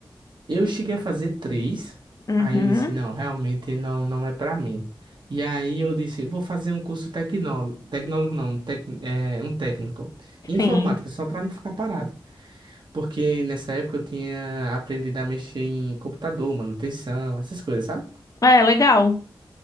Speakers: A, on the right (about 60°); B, on the left (about 40°).
A: Eu cheguei a fazer três,
B: Uhum.
A: aí eu disse, não, realmente não, não é pra mim. E aí eu disse, vou fazer um curso tecnólogo, tecnólogo não, tec, é, um técnico, em informática,
B: Sim.
A: só pra não ficar parado. Porque nessa época eu tinha aprendido a mexer em computador, manutenção, essas coisas, sabe?
B: É, legal.